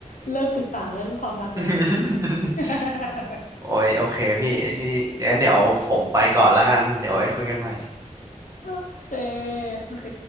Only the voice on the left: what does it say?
เลิกปรึกษาแล้วเรื่องความรักแล้วใช่ไหม
<laughs>
โอเคโอเค